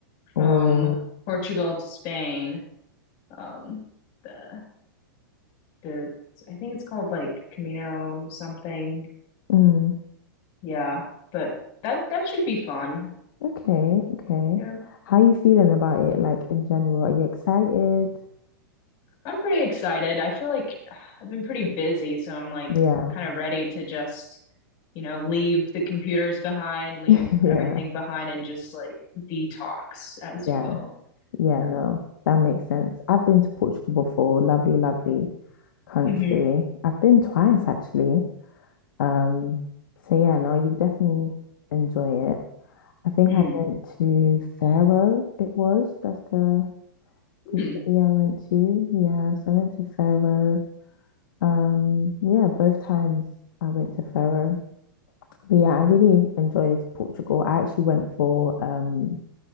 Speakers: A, on the left (about 70°); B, on the left (about 45°).
A: Oh.
B: from Portugal to Spain. Um, the the I think it's called like Camino something.
A: Mm.
B: Yeah, but that that should be fun.
A: Okay. Okay.
B: Yeah.
A: How are you feeling about it? Like in general, are you excited?
B: I'm pretty excited. I feel like <sighs> I've been pretty busy, so I'm like
A: Yeah.
B: kind of ready to just, you know, leave the computers behind, leave
A: <laughs> Yeah.
B: everything behind, and just like detox, as you
A: Yeah.
B: will.
A: Yeah,
B: Yeah.
A: no, that makes sense. I've been to Portugal before. Lovely, lovely country.
B: Mm-hmm.
A: I've been twice actually. Um, so yeah, no, you definitely enjoy it. I think
B: Mm.
A: I went to Faro, it was. That's the
B: Mm.
A: the city I went to. Yeah, so I went to Faro. Um, yeah, both times I went to Faro. But yeah, I really enjoyed Portugal. I actually went for um